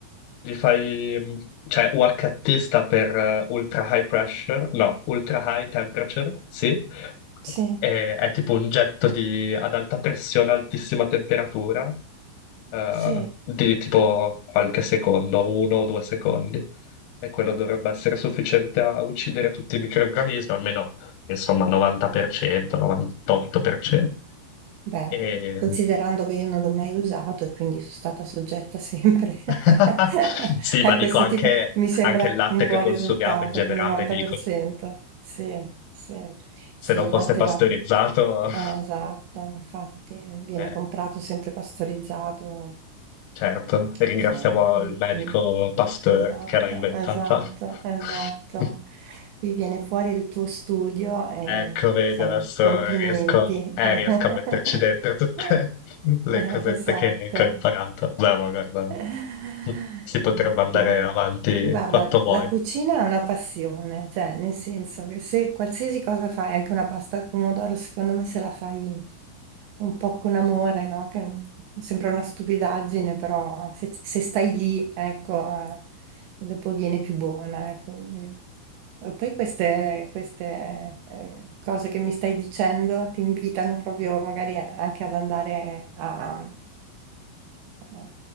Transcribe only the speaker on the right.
sì,
sì.
Beh,
considerando che io non l'ho mai usato e quindi sono stata soggetta sempre <laughs>
a
questo
tipo, mi sembra
un buon
risultato,
il 90%.
Sì, sì, sì,
il
latte
va,
eh, esatto, infatti viene
comprato sempre pastorizzato,
Sì, mm,
mm.
Esatto,
esatto, esatto.
Qui viene fuori il tuo studio e
insomma,
complimenti.
<laughs>
Eh,
Esatto.
Eh,
com-
Guarda,
la cucina è una passione, cioè nel senso che se qualsiasi cosa fai, anche una pasta al pomodoro, secondo me se la fai un po' con amore, no? Che sembra una stupidaggine, però se, se stai lì, ecco, eh, dopo viene più buona. ecco. E poi queste, queste, eh, cose che mi stai dicendo ti invitano proprio magari anche ad andare a eh,